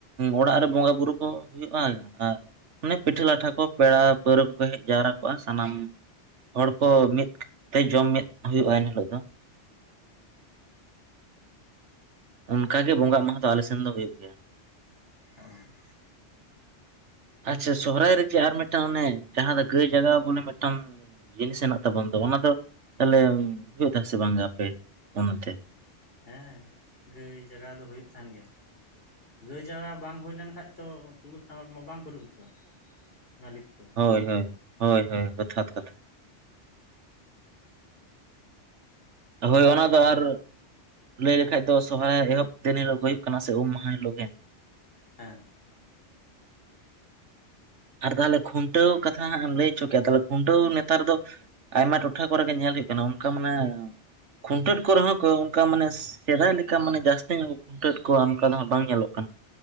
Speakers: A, on the right; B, on the left.
A: ᱚᱲᱟᱜ ᱨᱮ ᱵᱚᱸᱜᱟ ᱵᱩᱨᱩ ᱠᱚ ᱦᱩᱭᱩᱜ ᱟᱨ ᱚᱱᱮ ᱯᱤᱴᱷᱟᱹ ᱞᱟᱴᱷᱟ ᱠᱚ ᱯᱮᱲᱟ ᱯᱟᱹᱣᱨᱟᱹ ᱠᱚᱠᱚ ᱦᱮᱡ ᱡᱟᱣᱨᱟ ᱠᱚᱜᱼᱟ᱾ ᱥᱟᱱᱟᱢ ᱦᱚᱲ ᱠᱚ ᱢᱤᱫ ᱛᱮ ᱡᱚᱢ ᱢᱤᱫ ᱦᱩᱭᱩᱜᱼᱟ ᱮᱱ ᱦᱤᱞᱳᱜ ᱫᱚ ᱚᱱᱠᱟ ᱜᱮ ᱵᱚᱸᱟᱜ ᱢᱟᱦᱟ ᱫᱚ ᱟᱞᱮ ᱥᱮᱱ ᱫᱚ ᱦᱩᱭᱩᱜ ᱜᱮᱭᱟ᱾
B: <inaudible>
A: ᱟᱪᱪᱷᱟ ᱥᱚᱦᱚᱨᱟᱭ ᱨᱮ ᱡᱮ ᱟᱨ ᱢᱤᱫᱴᱟᱝ ᱚᱱᱮ ᱡᱟᱦᱟᱸ ᱫᱚ ᱜᱟᱹᱭ ᱡᱟᱜᱟᱣ ᱵᱚᱞᱮ ᱢᱤᱫᱴᱟᱝ ᱡᱤᱱᱤᱥ ᱦᱮᱱᱟᱜ ᱛᱟᱵᱚᱱ ᱫᱚ ᱚᱱᱟ ᱫᱚ ᱛᱟᱦᱚᱞᱮ ᱦᱩᱭᱩᱜ ᱛᱟᱦᱮ ᱥᱮ ᱵᱟᱝ ᱜᱮ ᱟᱯᱮ ᱚᱱᱚᱱᱛᱮ
B: ᱦᱮᱸ ᱜᱟᱹᱭ ᱡᱟᱜᱟ ᱫᱚ ᱦᱩᱭᱩᱜ ᱛᱟᱦᱮᱸᱱ ᱜᱮᱭᱟ ᱜᱟᱹᱭ ᱡᱟᱜᱟ ᱵᱟᱝ ᱦᱩᱭ ᱞᱮᱱ ᱠᱷᱟᱡ ᱛᱚ ᱛᱩᱢᱫᱟᱹᱜ ᱴᱟᱢᱟᱠ ᱢᱟ ᱵᱟᱝ ᱠᱚ ᱨᱩ ᱦᱚᱪᱚ-ᱟᱜ ᱢᱟᱹᱞᱤᱠ ᱠᱚ
A: ᱦᱳᱭ ᱦᱳᱭ ᱦᱳᱭ ᱦᱳᱭ ᱡᱚᱛᱷᱟᱛ ᱠᱟᱛᱷᱟ ᱦᱳᱭ ᱚᱱᱟ ᱫᱚ ᱟᱨ ᱞᱟᱹᱭ ᱞᱮᱠᱷᱟᱡ ᱫᱚ ᱥᱚᱦᱚᱨᱟᱭ ᱮᱦᱚᱵ ᱫᱤᱱ ᱦᱤᱞᱳᱜ ᱜᱮ ᱦᱩᱭᱩᱜ ᱠᱟᱱᱟ ᱥᱮ ᱩᱢ ᱢᱟᱦᱟ ᱦᱤᱞᱳᱜ ᱜᱮ
B: ᱦᱮᱸ
A: ᱟᱨ ᱛᱟᱦᱚᱞᱮ ᱠᱷᱩᱱᱴᱟᱹᱣ ᱠᱟᱛᱷᱟ ᱦᱟᱸᱜ ᱮᱢ ᱞᱟᱹᱭ ᱦᱚᱪᱚ ᱠᱮᱜ ᱟ ᱛᱟᱦᱞᱮ ᱠᱷᱩᱱᱴᱟᱹᱣ ᱱᱮᱛᱟᱨ ᱫᱚ ᱟᱭᱢᱟ ᱴᱚᱴᱷᱟ ᱠᱚᱨᱮ ᱜᱮ ᱧᱮᱞ ᱦᱳᱭᱳᱜ ᱠᱟᱱᱟ ᱚᱝᱠᱟ ᱢᱟᱱᱮ ᱠᱷᱩᱱᱴᱟᱹᱣ ᱮᱫ ᱠᱚᱨᱮ ᱦᱚᱸ ᱠᱚ ᱚᱝᱠᱟ ᱢᱟᱱᱮ ᱥᱮᱫᱟᱭ ᱞᱮᱠᱟ ᱢᱟᱱᱮ ᱡᱟᱹᱥᱛᱤ ᱧᱚᱜ ᱠᱷᱩᱱᱴᱟᱹᱣ ᱮᱫ ᱠᱚᱣᱟ ᱚᱝᱠᱟ ᱫᱚ ᱦᱟᱸᱜ ᱵᱟᱝ ᱧᱮᱞᱚᱜ ᱠᱟᱱᱟ